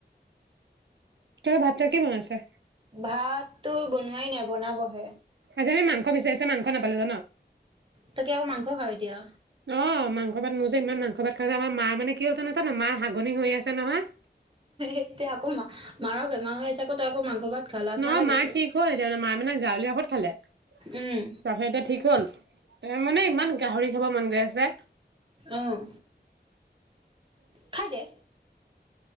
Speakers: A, on the right (about 85°); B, on the right (about 30°).
A: তুমি ভাতটো কি বনাইছা
B: ভাততো বনোৱাই নাই বনাবহে
A: আজি মাংস বিচাৰিছে মাংস নাপালে জান
B: তই কি আকৌ মাংস খাওঁ এতিয়া
A: অ মাংস ভাত মোৰ যে ইমান মাংস ভাত খাই যে আমাৰ মাৰ মানে কি হল নাজানো মাৰ হাগনি হৈ আছে নহয়
B: এতিয়া আকৌ মাৰৰ বেমাৰ হৈ আছে তই আকৌ মাংস ভাত খাৱ লাজ
A: নহয়
B: নালাগে
A: মাৰ
B: তোৰ।
A: ঠিক হল এতিয়া মায়ে মানে গাঁৱলীয়া ঔষধ খালে তাৰপিছত
B: উম,
A: এতিয়া ঠিক হল ত মানে ইমান গাহৰি খাব মন গৈ আছে
B: উম খাই দে